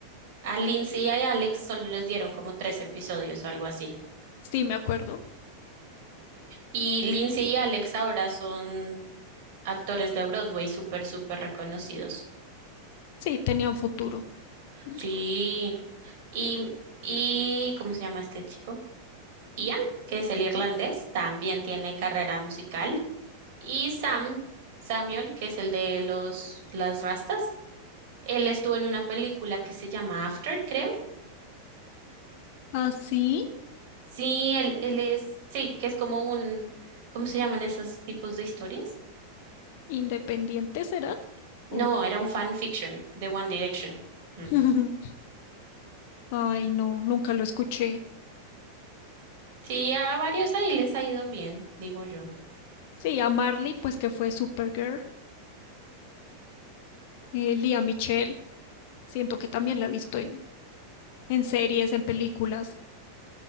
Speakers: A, on the right (about 50°); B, on the left (about 45°).
A: A Lindsay y a Alex solo les dieron como tres episodios o algo así.
B: Sí, me acuerdo.
A: Y Lindsay y Alex ahora son actores de Broadway súper, súper reconocidos.
B: Sí, tenía un futuro, digo
A: Sí.
B: yo.
A: Y, y, ¿cómo se llama este chico? Ian, que es el irlandés, también tiene carrera musical. Y Sam, Samuel, que es el de los, las rastas, él estuvo en una película que se llama After, creo.
B: ¿Ah, sí?
A: Sí, él, él es, sí, que es como un, ¿cómo se llaman esos tipos de historias?
B: Independientes será? O-
A: No, era un fan fiction de One Direction. Mm.
B: <laughs> Ay, no, nunca lo escuché.
A: Sí, a varios ahí les ha ido bien, digo yo.
B: Sí, a Marley, pues que fue Supergirl. Eh, Lea Michele, siento que también la he visto en, en series, en películas,